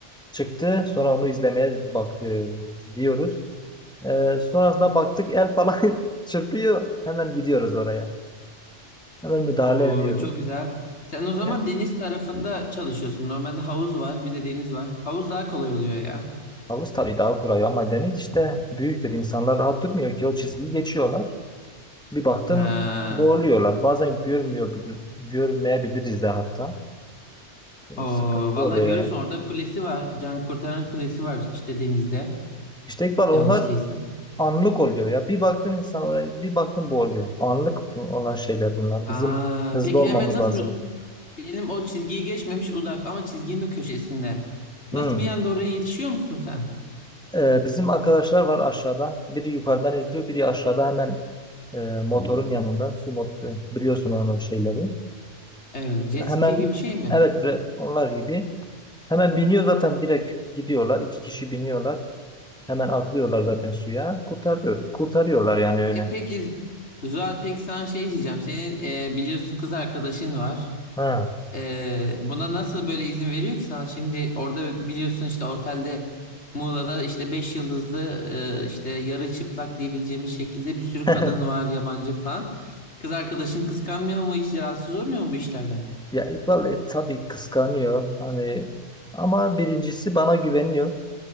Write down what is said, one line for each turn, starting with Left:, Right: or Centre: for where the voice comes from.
Centre: çıktı sonra onu izlemeye bak e, diyoruz. Ee, sonrasında baktık el falan <laughs> çırpıyor. Hemen gidiyoruz oraya. Hemen müdahale
Left: Oo,
Centre: ediyoruz.
Left: çok güzel. Sen o zaman
Centre: Ya,
Left: deniz tarafında çalışıyorsun. Normalde havuz var, bir de deniz var. Havuz daha kolay oluyor ya.
Centre: havuz tabii daha kurayı ama deniz işte büyüktür. İnsanlar rahat durmuyor ki o çizgiyi geçiyorlar. Bir baktın
Left: Ha.
Centre: boğuluyorlar. Bazen görmüyor, görmeyebiliriz de hatta.
Left: O
Centre: Sıkıntı
Left: valla
Centre: oluyor
Left: görürsün
Centre: yani.
Left: orada kulesi var. Can kurtaran kulesi var işte denizde.
Centre: İşte İkbal onlar
Left: Yanlış değilsem.
Centre: Anlık oluyor ya. Bir baktın insan oraya, bir baktın bu oluyor. Anlık olan şeyler bunlar.
Left: Aa,
Centre: Bizim hızlı
Left: peki
Centre: olmamız
Left: hemen nasıl
Centre: lazım.
Left: diyelim o çizgiyi geçmemiş uzak ama çizginin bir köşesinde. Nasıl
Centre: Hmm.
Left: bir anda oraya yetişiyor musun sen?
Centre: Ee, bizim arkadaşlar var aşağıda. Biri yukarıdan izliyor, biri aşağıda hemen e, motorun yanında. Su motoru, biliyorsun onun şeyleri.
Left: Evet, jet
Centre: Hemen
Left: ski gibi bir şey mi?
Centre: evet ve onlar gibi. Hemen biniyor zaten direkt gidiyorlar. İki kişi biniyorlar. Hemen atlıyorlar zaten suya. Kurtarıyor, kurtarıyorlar yani öyle.
Left: E peki Zuhat peki sana şey diyeceğim. Senin e, biliyorsun kız arkadaşın var.
Centre: Ha.
Left: Ee, buna nasıl böyle izin veriyor ki sana? Şimdi orada biliyorsun işte otelde Muğla'da işte 5 yıldızlı e, işte yarı çıplak diyebileceğimiz şekilde bir sürü
Centre: <laughs>
Left: kadın var yabancı falan. Kız arkadaşın kıskanmıyor mu? Hiç rahatsız olmuyor mu bu işlerden?
Centre: Ya İkbal e, tabii kıskanıyor hani ama birincisi bana güveniyor.